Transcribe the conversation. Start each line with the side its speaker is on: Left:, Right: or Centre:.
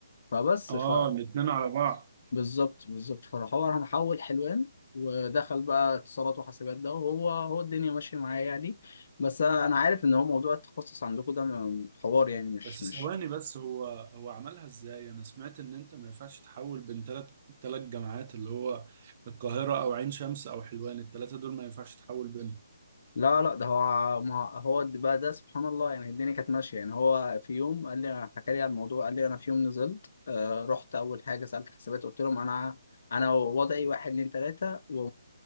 Left: فبس
Right: آه
Left: ف
Right: الاتنين على بعض
Left: بالظبط بالظبط فراح هو راح محول حلوان ودخل بقى اتصالات وحاسبات ده وهو هو الدنيا ماشية معايا يعني بس انا عارف ان هو موضوع التخصص عندكم ده م- حوار يعني مش
Right: بس
Left: مش
Right: ثواني بس هو هو عملها إزاي؟ أنا سمعت إن أنت ما ينفعش تحول بين تلات تلات جامعات اللي هو القاهرة أو عين شمس أو حلوان التلاتة دول ما ينفعش تحول بينهم
Left: لا لا ده هو ما هو د- بقى ده سبحان الله يعني الدنيا كانت ماشيه يعني هو في يوم قال لي حكى لي على الموضوع قال لي انا في يوم نزلت آه رحت اول حاجه سالت حسابات قلت لهم انا انا وضعي واحد اتنين تلاته و-